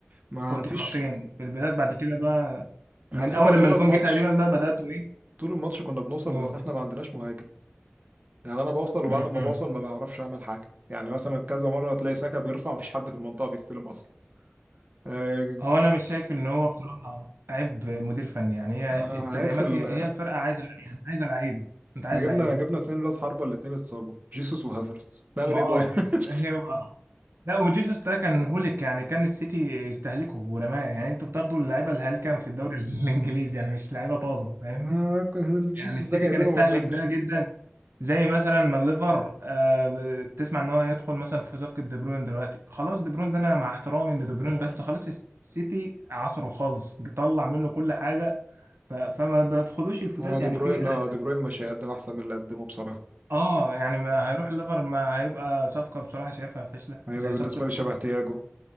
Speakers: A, on the right; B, on the right.
A: ما
B: كنتوا
A: فيش
B: ضاغطين في البدايات بعد كده بقى من
A: على فكره
B: اول
A: طول
B: لما الجون
A: الماتش
B: جه تقريبا بقى بداتوا ايه
A: طول الماتش كنا بنوصل
B: قول
A: بس احنا ما عندناش مهاجم يعني انا بوصل وبعد
B: امم
A: ما بوصل ما بعرفش اعمل حاجه يعني مثلا كذا مره تلاقي سكه بيرفع مفيش حد في المنطقه بيستلم اصلا آه،
B: هو انا مش شايف ان هو بصراحه عيب مدير فني يعني هي
A: آه،
B: التدعيمات
A: هيفل
B: هي هي الفرقه عايزه يعني عايزه لعيبه انت
A: احنا
B: عايز
A: جبنا
B: لعيبه
A: جبنا اتنين راس حربه الاتنين اتصابوا جيسوس وهافرتز نعمل
B: ما
A: ايه
B: هو
A: طيب <laughs>
B: هي لا وجيسوس ده كان هوليك يعني كان السيتي يستهلكه ورماه يعني انتوا بتاخدوا اللعيبه الهلكه في الدوري <laughs> الانجليزي يعني مش لعيبه طازه فاهمني
A: ما كان جيسوس
B: يعني السيتي
A: ده جايبينه
B: كان يستهلك
A: من بدري
B: ده جدا زي مثلا ما الليفر آه تسمع ان هو هيدخل مثلا في صفقه دي بروين دلوقتي خلاص دي بروين ده انا مع احترامي ان دي بروين
A: مم.
B: بس خلاص الس- السيتي عصره خالص طلع منه كل حاجه ف- فما بتاخدوش الفتات
A: هو
B: يعني
A: دي بروين
B: في احسن
A: اه دي بروين مش هيقدم احسن من اللي قدمه بصراحه
B: اه يعني ما هيروح الليفر ما هيبقى صفقه بصراحه شايفها فاشله
A: هيبقى
B: زي
A: بالنسبه
B: صفقه
A: لي شبه تياجو